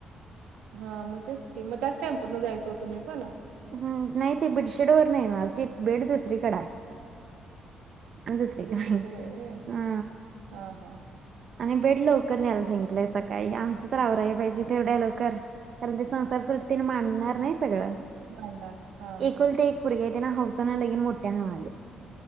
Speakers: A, on the right; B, on the right.
A: हा मग तेच की मग त्याच टेम्पूतन जायचं होतं मी पण.
B: हम् नाही ती बिडशेड वर नाहीणार ती बेड दुसरीकड आहे अंत श्री
A: दुसरीकडे
B: का
A: आहे व्हय
B: हा
A: हा हा
B: आणि बेड लवकर न्यायला सांगितलंय सकाळी आमचं तर आवरा आहे पाहिजे तेवढ्या लवकर कारण ते संसारासाठी तने मांडणार नाही सगळं
A: बांड हा
B: एकूल ते एक पूरगी आहे तेन हौसाना लगीन मोठ्यान व्हालय.